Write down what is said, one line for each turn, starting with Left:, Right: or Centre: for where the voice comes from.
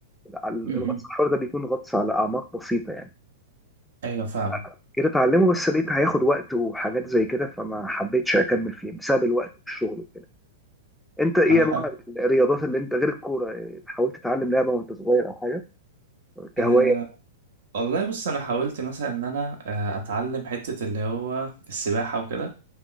Centre: ال-
Right: م-م.
Centre: الغطس الحر ده بيكون غطس على اعماق بسيطه يعني
Right: ايوه فاهمك
Centre: فجيت اتعلمه بس لقيت هياخد وقت وحاجات زي كده فما حبيتش اكمل فيه بسبب الوقت والشغل انت ايه
Right: انا
Centre: انواع الرياضات اللي انت غير الكوره إيه، حاولت تتعلم لعبه وانت صغير او حاجه كهوايه
Right: أه والله بص انا حاولت مثلا ان انا آه، اتعلم حتة اللي هو السباحة وكده